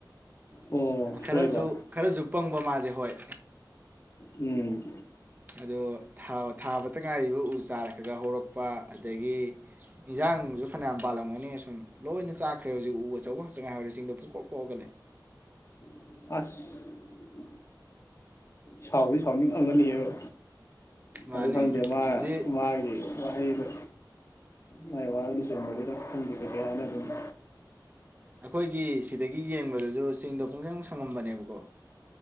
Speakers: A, on the left; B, on the right.
A: ꯑꯣ
B: ꯈꯔꯁꯨ
A: ꯁꯣꯏꯕ
B: ꯈꯔꯁꯨ ꯄꯪ ꯃꯥꯁꯦ ꯍꯣꯏ
A: ꯎꯝ
B: ꯑꯗꯣ ꯊꯥꯕꯇ ꯉꯥꯏꯔꯤꯕ ꯎ ꯆꯥꯔꯒ ꯍꯧꯔꯛꯄ ꯑꯗꯒꯤ ꯏꯟꯖꯥꯡꯁꯨ ꯐꯅꯌꯥꯝ ꯄꯥꯜꯂꯝꯒꯅꯤ ꯁꯨꯝ ꯂꯣꯏꯅ ꯆꯥꯛꯈ꯭ꯔꯦ ꯍꯧꯖꯤꯛ ꯎ ꯑꯆꯧꯕ ꯈꯛꯇ ꯉꯥꯏꯍꯧꯔꯦ ꯆꯤꯡꯗꯣ ꯐꯨꯀꯣꯛ ꯀꯣꯛꯑꯒꯂꯩ
A: ꯑꯁ ꯁꯥꯎꯗꯤ ꯁꯥꯎꯅꯤꯡ ꯉꯪꯒꯅꯤ ꯍꯥꯏꯕ
B: ꯃꯥꯅꯦ
A: ꯑꯗꯨ ꯈꯪꯗꯦ ꯃꯥ
B: ꯍꯧꯖꯤꯛ
A: ꯃꯥꯒꯤ ꯋꯥꯍꯩꯗꯣ ꯃꯥꯏ ꯋꯥꯒꯗꯤ ꯈꯪꯗꯦ ꯀꯩꯀꯩ ꯍꯥꯏꯅꯗꯣꯏꯅꯣ
B: ꯑꯈꯣꯏꯒꯤ ꯁꯤꯗꯒꯤ ꯌꯦꯡꯕꯗꯁꯨ ꯆꯤꯡꯗꯣ ꯄꯨꯡꯁꯪ ꯁꯪꯉꯝꯕꯅꯦꯕꯀꯣ